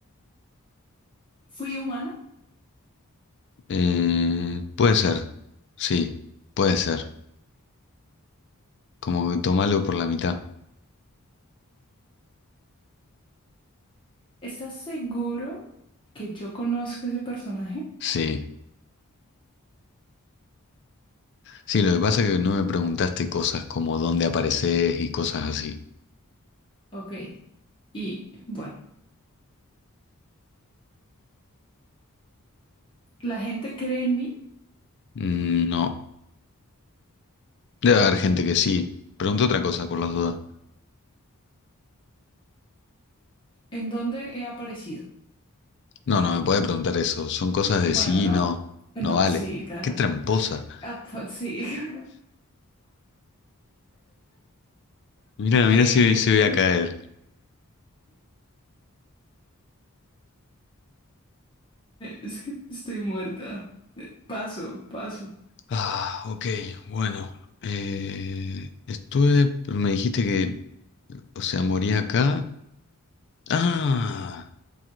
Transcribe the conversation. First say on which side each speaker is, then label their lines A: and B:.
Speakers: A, on the left; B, on the left.
A: fui humana.
B: Eh, puede ser, sí, puede ser. Como que tomalo por la mitad.
A: ¿Estás seguro que yo conozco ese personaje?
B: Sí, sí, lo que pasa es que no me preguntaste cosas como dónde apareces y cosas así.
A: Ok, y bueno, la gente cree en mí.
B: Mm, No, debe haber gente que sí. Pregunta otra cosa por las dudas.
A: ¿En dónde he aparecido?
B: No, no me puede preguntar eso. Son cosas de
A: Bueno,
B: sí
A: no.
B: y no.
A: Bueno,
B: No vale.
A: sí, claro.
B: Qué tramposa.
A: Ah, pues, sí. <laughs>
B: Mira, mira
A: Eh,
B: si, si voy a
A: <laughs> eh,
B: caer.
A: Es que estoy muerta. Eh, Paso, paso.
B: Ah, ok, bueno. Eh, estuve, pero me dijiste que, o sea, moría acá. Ah,